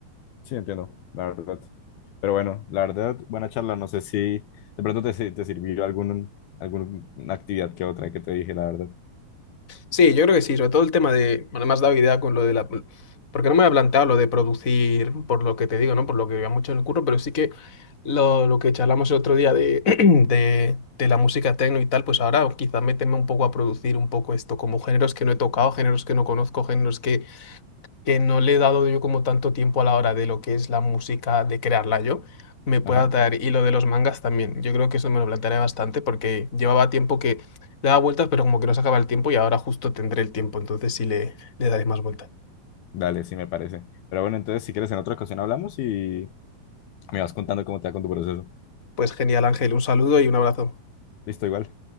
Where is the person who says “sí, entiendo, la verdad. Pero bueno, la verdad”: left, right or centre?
Left